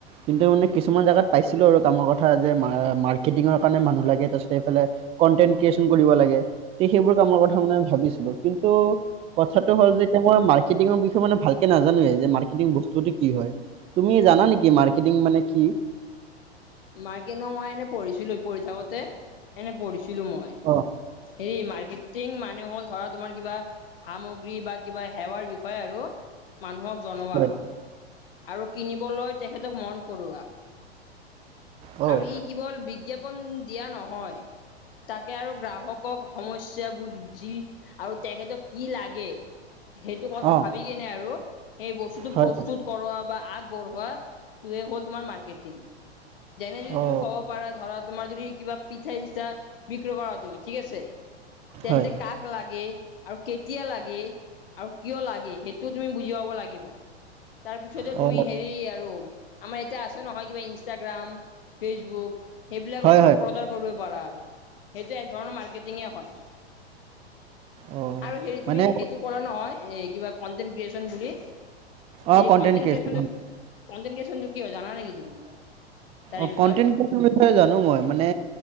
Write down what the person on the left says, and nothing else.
মাৰ্কটিং ন মই এনে পঢ়িছিলো পঢ়ি থাকোতে, এনে পঢ়িছিলো মই।
এই মাৰ্কেটিং মানুহ হ'ল ধৰা তোমাৰ কিবা সামগ্ৰী বা কিবা সেৱাৰ বিষয়ে আৰু মানুহক জনোৱা।
আৰু কিনিবলৈ তেখেতক মন কৰোৱা।
আৰু ই কেৱল বিজ্ঞাপন দিয়া নহয়। তাকে আৰু গ্ৰাহকক সমস্যাবোৰ যি আৰু তেখেতক কি লাগে সেইটো কথা
ভাবি কেনে আৰু সেই বস্তুটো
প্ৰস্তুত কৰোৱা বা আগবঢ়োৱা টোৱে হ'ল তোমাৰ মাৰ্কেটিং। যেনে যদি
তুমি ক'ব পাৰা ধৰা তোমাৰ যদি কিবা পিঠাই-চিঠা বিক্ৰী কৰা তুমি ঠিক আছে। তেন্তে
কাক লাগে, আৰু কেতিয়া লাগে আৰু কিয় লাগে? সেইটো তুমি বুজি পাব লাগিব। তাৰপিছতে তুমি
হেৰি আৰু আমাৰ এতিয়া আছে নহয় কিবা ইনষ্টাগ্ৰাম ফেচবুক সেইবিলাকটো
তুমি
প্ৰচাৰ কৰিব পাৰা আৰু সেইটো এক ধৰণৰ মাৰ্কেটিঙে হয়।
আৰু হেৰি
তুমি সেইটো কৰা নহয়। এই কিবা কণ্টেণ্ট ক্ৰিয়েচন বুলি
সেই কণ্টেণ্ট
ক্ৰিয়েচনটো, কণ্টেণ্ট ক্ৰিয়েচনটো কি হয় জানা নেকি তুমি কিবা? তাৰে
বিষয়ে